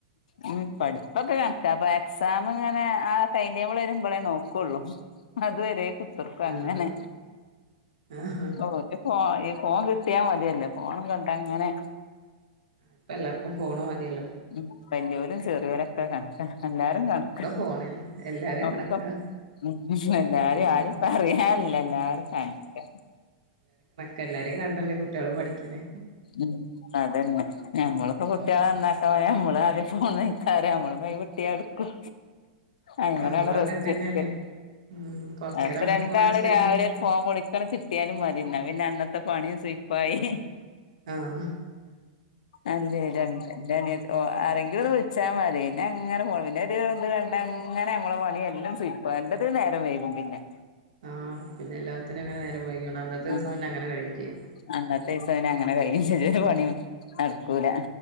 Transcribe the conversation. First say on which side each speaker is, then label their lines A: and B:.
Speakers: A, on the left; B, on the right.
A: ഉം പഠിപ്പൊക്കെ കൺക്കാ അപ്പൊ എക്സാമ്ങ്ങനെ ആ ടൈം റ്റേബിള് വരുമ്പളേ നോക്കൊള്ളു. അത്‌ വരെ കുത്തർക്കു അങ്ങനെ
B: ആഹ് ആഹ്
A: ഓല്. ഫോ ഈ ഫോൺ കിട്ട്യാ മത്യല്ലൊ ഫോണും കണ്ടങ്ങനെ.
B: ഇപ്പെല്ലാർക്കും ഫോണ് മതിയല്ലോ.
A: ഉം വല്ല്യോലും ചെറ്യോലൊ ക്ക കൺക്ക എല്ലാരും കൺക്ക
B: ഒക്കെ ഫോണില് എല്ലാരും
A: ഒ
B: കണക്കാ
A: <unintelligible> ഉ എല്ലാരിം
B: ഒക്കെ ഫോണില്
A: ആരിം പറയാൻല്ല എല്ലാരും കൺക്കാ.
B: കെല്ലാരിം കണ്ടല്ലെ കുട്ട്യളും പഠിക്ക്ണെ.
A: ഉം അതന്നെ ഞമ്മള്പ്പ
B: ഉം
A: കുട്ട്യാളന്നാ ക്കാവയ നമ്മള് ആദ്യം ഫോൺ അയ്ക്കാരം നമ്മള് ഒയിവ്ട്ട്യാ ഇട്ക്കും. അങ്ങനാണ്
B: നമ്മളും
A: റസ്റ്റ്
B: അങ്ങനെ തന്നെയല്ലേ
A: ഇട്ക്കല്
B: ഉം കൊറച്ചേരം
A: എപ്പൊ
B: നമ്മക്കും
A: രണ്ടാള്
B: റെസ്റ്റ്
A: രാവിലെര്
B: ഉണ്ടെങ്കി
A: ഫോം വിളിക്കണച്ചെ. ട്ട്യാലും മതി ഇന്ന പിന്നെ അന്നത്തെ പണിം സുയ്പ്പായി.
B: ആഹ്
A: അല്ലെ ര എൻ്റെ അനിയത് ഓ ആരെങ്കിലൊന്ന് വിൾച്ചാ മതി പിന്നെ അങ്ങനെ ഫോണ് പിന്നെ ഒരു ഇത് കണ്ടങ്ങനെ നമ്മളെ പണി എല്ലും സു സുയ്പ്പ എല്ലത്തിനും നേരം വൈകും പിന്നെ.
B: ആഹ് പിന്നെ എല്ലാത്തിനു അങ്ങനെ നേരം വൈക്യോണ്ട് അന്നത്തെ ദിവസം
A: ഉം
B: പിന്നെ അങ്ങനെ കഴിയും ചെയ്യും.
A: അന്നത്തെ ദിവസം പിന്നെ അങ്ങനെ കഴിയും ചെയ്യും ഒരു പണിം നട്ക്കൂല.